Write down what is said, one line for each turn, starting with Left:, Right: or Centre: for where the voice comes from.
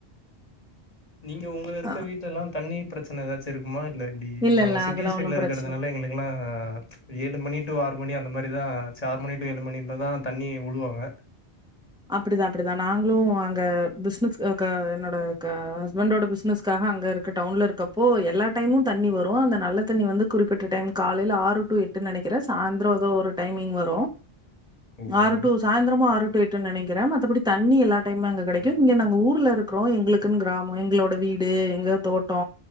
Left: நீங்க உங்க இருக்க
Centre: அ
Left: வீட்லெல்லா தண்ணி ப்ரச்சுன எதச்சு இருக்குமா இல்ல எப்டி
Centre: இல்ல
Left: நாங்களா
Centre: இல்ல
Left: சிட்டி
Centre: அதெல்லா
Left: சைட்ல
Centre: ஒன்னு
Left: இருக்குறதுனால
Centre: பிரச்சன
Left: எங்களுக்குல்லா ஏழு அடடன் பண்ணிட்டு ஆறு மணி அந்த மாரிதா ச்ச ஆறு மணி டு ஏழு மணிலதா தண்ணி உடுவாங்க
Centre: அப்புடிதா அப்புடிதா நாங்களு அங்க ப்ஸ்னஸ் க என்னோட க ஹஸ்பண்டோட ப்ஸ்னஸ்காக அங்க இருக்க டவுன்ல இருக்கப்போ எல்லா டைமு தண்ணி வரு அந்த நல்ல தண்ணி வந்து குறிப்பிட்ட டைம் காலையில ஆறு டு எட்டு நெனக்கிறே சாய்ந்ரோ ஒரு டைமிங் வரு
Left: ஓஹோ
Centre: ஆறு டூ சாய்ந்தரமு ஆறு ட்டு நெனக்கிறே மத்தபடி தண்ணி எல்லா டைம்மு அங்க கெடைக்கு இங்க நாங்க ஊர்ல இருக்குறோ எங்ளுக்குனு க்ராமோ எங்களோட வீடு எங்க தோட் டோ